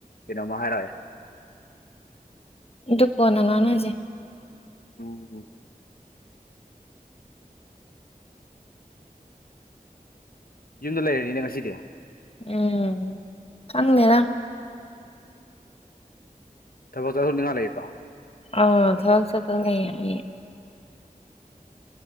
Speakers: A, on the left; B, on the left.
A: ꯀꯩꯅꯣꯃꯥ ꯍꯥꯏꯔ‌ꯑꯦ
B: ꯗꯨ ꯀꯣꯟꯅ ꯉꯥꯡꯅꯖꯤ
A: ꯎꯝ ꯎꯝ ꯌꯨꯝꯗ ꯂꯩꯔꯅꯤꯅꯦ ꯉꯁꯤꯗꯤ
B: ꯎꯝ ꯈꯪꯗꯦꯗ
A: ꯊꯕꯛ ꯆꯊꯣꯅꯤꯡꯉꯥꯏ ꯂꯩꯕꯔꯣ
B: ꯑ ꯊꯕꯛ ꯆꯠꯇꯧ ꯂꯩ ꯑꯩ